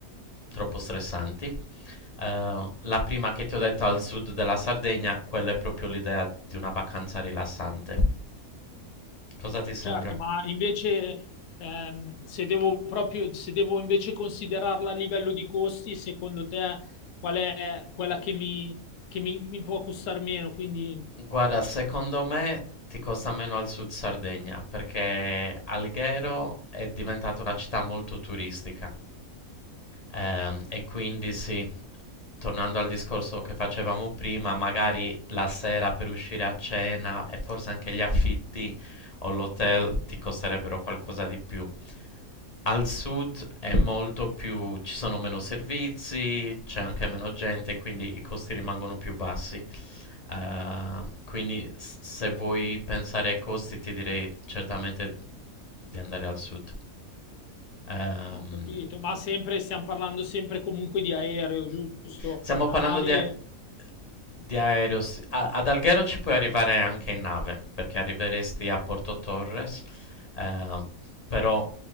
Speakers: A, on the left; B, on the left.
A: troppo stressanti. Eh, la prima che ti ho detto al sud della Sardegna, quella è proprio l'idea di una vacanza rilassante. Cosa ti sembra?
B: Certo, ma invece ehm, se devo proprio, se devo invece considerarla a livello di costi, secondo te qual è quella che mi, che mi- mi può costare meno? Quindi
A: Guarda, secondo me ti costa meno al sud Sardegna perché Alghero è diventata una città molto turistica. Ehm, e quindi sì, tornando al discorso che facevamo prima, magari la sera per uscire a cena e forse anche gli affitti o l'hotel ti costerebbero qualcosa di più. Al sud è molto più, ci sono meno servizi, c'è anche meno gente, quindi i costi rimangono più bassi. Eh, quindi s- se vuoi pensare ai costi, ti direi certamente di andare al sud. Ehm,
B: ho capito, ma sempre stiamo parlando sempre comunque di aereo, giusto?
A: Stiamo
B: La
A: parlando
B: nave,
A: di, a- di aereo. sì. A- ad Alghero ci puoi arrivare anche in nave, perché arriveresti a Porto Torres, eh, però